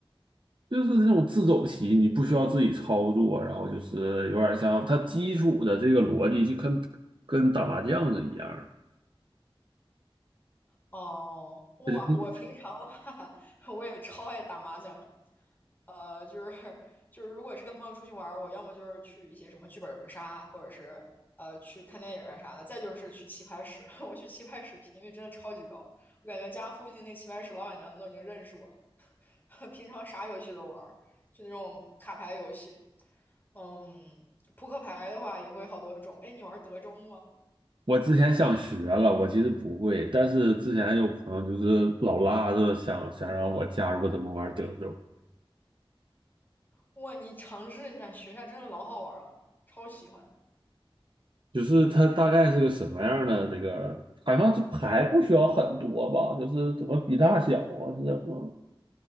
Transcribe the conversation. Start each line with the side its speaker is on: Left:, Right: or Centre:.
Right: 就是这种自走棋，你不需要自己操作，然后就是有点像它基础的这个逻辑，就跟跟打麻将是一样
Left: 哦，哇，
Right: 的。
Left: 我平常的话，<laughs> 我也超爱打麻将。呃，就是就是，如果是跟朋友出去玩儿我要么就是去一些什么剧本杀，或者是呃去看电影啊啥的，再就是去棋牌室。<laughs> 我去棋牌室频率真的超级高，我感觉家附近那棋牌室老板娘都已经认识我了。<laughs> 平常啥游戏都玩就那种卡牌游戏。嗯，扑克牌的话也会好多种。哎，你玩德州吗？
Right: 我之前想学了，我其实不会，但是之前有朋友就是老拉着想想让我加入怎么玩德州，
Left: 哇，你尝试一下学一下，真的老好玩了，超喜欢。
Right: 就是它大概是个什么样的这个，好像这牌不需要很多吧，就是怎么比大小啊，是怎么？